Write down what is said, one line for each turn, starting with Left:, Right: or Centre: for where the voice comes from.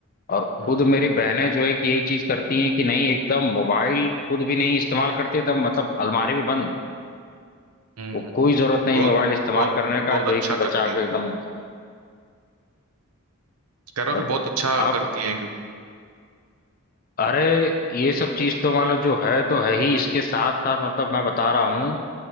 Left: और
Right: हम्म
Left: खुद मेरी बहनें जो है कि यही चीज करती हैं कि नहीं एकदम मोबाइल खुद भी नहीं इस्तेमाल करती एकदम मतलब अलमारी में बंद
Right: हम्म
Left: वो
Right: हम्म।
Left: कोई जरूरत नहीं
Right: बहुत
Left: मोबाइल इस्तेमाल
Right: बहुत
Left: करने का
Right: बहुत
Left: जो
Right: अच्छा
Left: है कि
Right: करती
Left: बचा
Right: हैं
Left: के एकदम
Right: कह रहा
Left: और
Right: हूँ कि बहुत अच्छा
Left: आप
Right: करती हैं क्यों-
Left: अरे ये सब चीज तो मतलब जो है तो है ही इसके साथ साथ मतलब मैं बता रहा हूँ